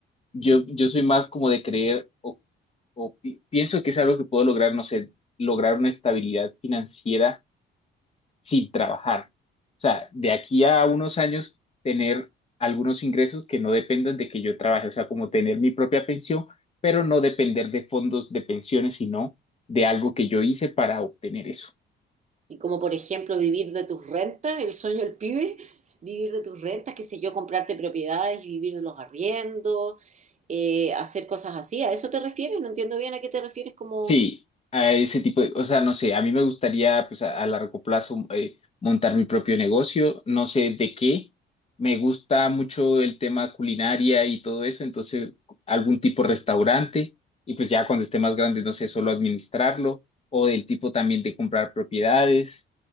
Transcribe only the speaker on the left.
Yo, yo soy más como de creer o, o pi- pienso que es algo que puedo lograr, no sé, lograr una estabilidad financiera sin trabajar. O sea, de aquí a unos años, tener algunos ingresos que no dependan de que yo trabaje, o sea, como tener mi propia pensión, pero no depender de fondos de pensiones, sino de algo que yo hice para obtener eso.
Sí, a ese tipo de, o sea, no sé, a mí me gustaría pues a, a largo plazo eh, montar mi propio negocio, no sé de qué. Me gusta mucho el tema culinaria y todo eso, entonces algún tipo de restaurante y pues ya cuando esté más grande, no sé, solo administrarlo o del tipo también de comprar propiedades.